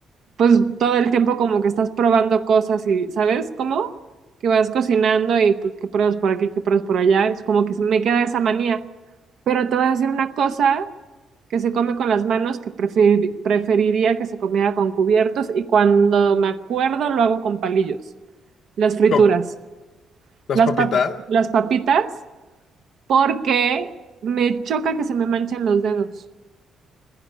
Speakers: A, on the right; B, on the left.
A: pues todo el tiempo como que estás probando cosas y, ¿sabes cómo? Que vas cocinando y pues que pruebas por aquí, que pruebas por allá, entonces como que se me queda esa manía. Pero te voy a decir una cosa que se come con las manos que prefer- preferiría que se comiera con cubiertos y cuando me acuerdo lo hago con palillos, las frituras,
B: ¿Cómo? las
A: las
B: papitas,
A: pap- las papitas, porque me choca que se me manchen los dedos.